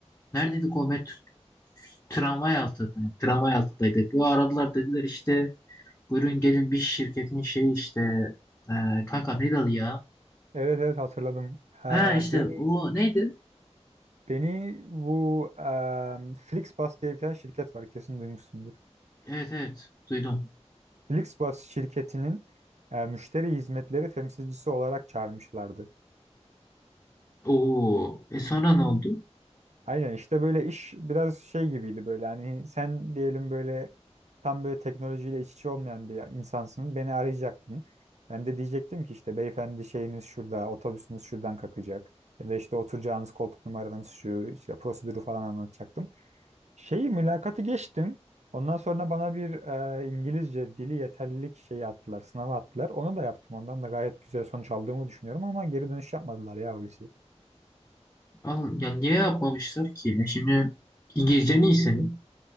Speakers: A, on the left; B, on the right.
A: Neredeydi Komet? tramvay altı, yani tramvay altındaydık. Yo aradılar dediler işte buyurun gelin bir şirketin şeyi işte e, kanka neydi adı ya?
B: Evet evet hatırladım. Ee,
A: Ha işte
B: beni
A: o neydi?
B: beni bu e, Flixbus diye bir tane şirket var kesin duymuşsundur.
A: Evet evet duydum.
B: Flixbus şirketinin e, müşteri hizmetleri temsilcisi olarak çağırmışlardı.
A: Oo e sonra ne oldu?
B: Aynen işte böyle iş biraz şey gibiydi böyle hani sen diyelim böyle tam böyle teknolojiyle iç içe olmayan bir insansın beni arayacaktın. Ben de diyecektim ki işte beyefendi şeyiniz şurada otobüsünüz şuradan kalkacak ya da işte oturacağınız koltuk numaranız şu işte prosedürü falan anlatacaktım. Şeyi mülakatı geçtim ondan sonra bana bir e, İngilizce dili yeterlilik şeyi attılar sınava attılar onu da yaptım ondan da gayet güzel sonuç aldığımı düşünüyorum ama geri dönüş yapmadılar ya Hulusi.
A: Al, ya niye yapmamışlar ki? Ya şimdi İngilizcen iyi senin.